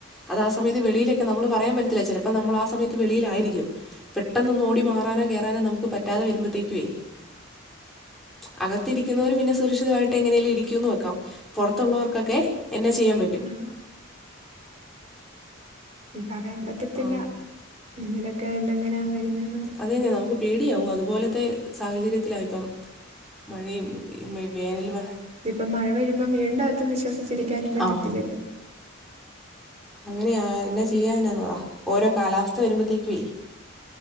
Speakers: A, in the centre; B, on the right.
A: അതാ സമയത്ത് വെളിയിലൊക്കെ നമ്മള് പറയാൻ പറ്റത്തില്ല ചെലപ്പോ നമ്മളാ സയത്ത് വെളിലാരിക്കും. പെട്ടെന്നൊന്ന് ഓടി മാറാനോ കേറാനോ നമുക്ക് പറ്റാതെ വരുമ്പഴത്തേക്കുവേ അകത്തിരിക്കുന്നവര് പിന്നെ സുരക്ഷിതായിട്ട് എങ്ങനെലും ഇരിക്കൂന്ന് വെക്കാം. പൊറത്തൊള്ളൊർക്കൊക്കെ എന്നെ ചെയ്യാ
B: ആഹ് പറയാൻ പറ്റത്തില്ല
A: ആ,
B: ഇന്നലൊക്കെ എണ്ടെങ്ങനെയാ വര്ന്നെന്ന്.
A: അത് തന്നെയാ നമ്ക്ക് പേടിയാവും അതുപോലത്തെ സാഹചര്യത്തിലായിപ്പം. മഴയും ഇ മേ വേനൽമ
B: ഇതിപ്പം മഴ വര്മ്പം വീട്ന്റാത്തും വിശ്വസിച്ചിരിക്കാനും പറ്റത്തില്ലല്ലോ?
A: ആ അങ്ങനെയാ എന്നാ ചെയ്യാനാന്ന് പറ ഓരോ കാലാവസ്ഥ വര്മ്പത്തേക്കുവേ?